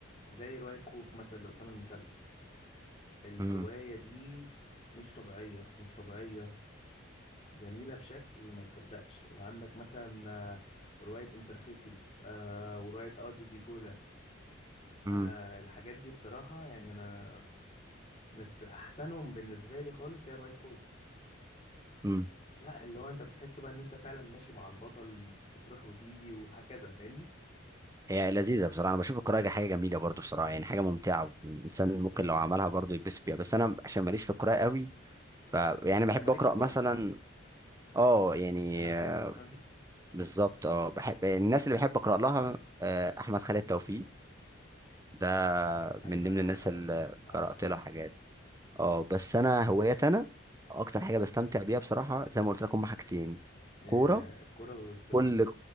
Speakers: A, on the left (about 30°); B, on the right (about 15°).
A: زي رواية خوف مثلا لأسامة المسلم الرواية
B: امم
A: دي مش طبيعية مش طبيعية جميلة بشكل ما يتصدقش وعندك مثلا آه، رواية انترخيسيوس آه ورواية ارض زيكولا آه
B: امم
A: الحاجات دي بصراحة يعني أنا بس احسنهم بالنسبه لي خالص هي روايه خوف
B: امم
A: لا اللي هو انت بتحس بقى ان انت فعلا ماشي مع البطل بتروح وتيجي وهكذا فاهمني
B: هي لذيذة بصراحة انا بشوف القراءة حاجة جميلة برضو بصراحة يعني حاجة ممتعة الانسان ممكن لو عملها برضو يتبسط بيها بس انا عشان ماليش في القراءة قوي ف يعني
A: انت
B: بحب
A: مالكش
B: اقرا
A: خلق
B: مثلا اه يعني
A: انا عارف
B: آه،
A: <laughs>
B: بالظبط اه بحب الناس اللي بحب اقرا لها آه، احمد خالد توفيق ده
A: ايوه
B: من ضمن
A: ايوه
B: الناس اللي
A: عارف
B: قرات
A: عارف
B: لها حاجات اه بس انا هوايات انا اكتر حاجه بستمتع بيها بصراحه زي ما قلت لكم هما حاجتين
A: آه،
B: كوره
A: الكرة والسباحة
B: كل